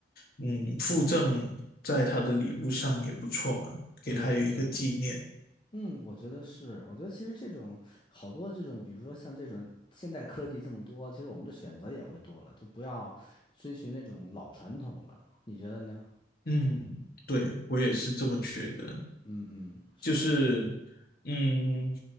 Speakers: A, on the left; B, on the left.
A: 嗯附赠在他的礼物上也不错嘛，给他有一个纪念。
B: 对对对。嗯，我觉得是，我觉得其实这种好多这种，比如说像这种现代科技这么多，其实我们的选择也会多了，就不要追寻那种老传统了，你觉得呢？
A: 嗯，对，我也是这么觉得。
B: 嗯嗯，是，
A: 就是，嗯，